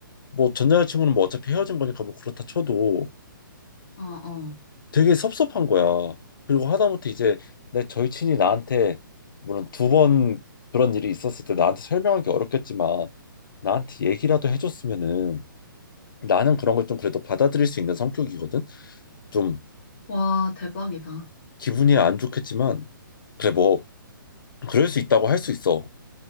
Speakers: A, on the left; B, on the left.
A: 뭐 전 여자친구는 뭐 어차피 헤어진 거니까 뭐 그렇다 쳐도
B: 어, 어.
A: 되게 섭섭한 거야. 그리고 하다못해 이제 내 절친이 나한테 물론 두 번 그런 일이 있었을 때 나한테 설명하기 어렵겠지만 나한테 얘기라도 해줬으면은 나는 그런 걸 좀 그래도 받아들일 수 있는 성격이거든. 좀
B: 와, 대박이다.
A: 기분이 안 좋겠지만 그래 뭐 그럴 수 있다고 할 수 있어.